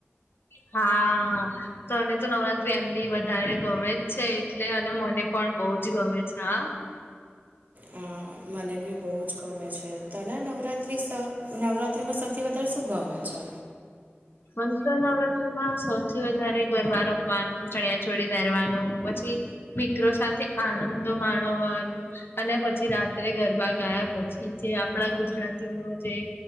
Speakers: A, on the left; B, on the right.
A: હા. તોને તો નવરાત્રી એમ બી વધારે ગમે જ છે, એટલે અને મને પણ બહુ જ ગમે છે હા.
B: હા મને બી બહુ જ ગમે છે. તને નવરાત્રી સ નવરાત્રીમાં સૌથી વધ ત્યાર શું ગમે છે?
A: મન તો નવરાતિમાં સૌથી વધારે ગરબા રમવાનું, ચણિયા ચોળી પહેરવાનું પછી મિત્રો સાથે આનંદો માણવાનો. અને પછી રાત્રે ગરબા ગાયા પછી જે આપડા ગુજરાતીઓનો જે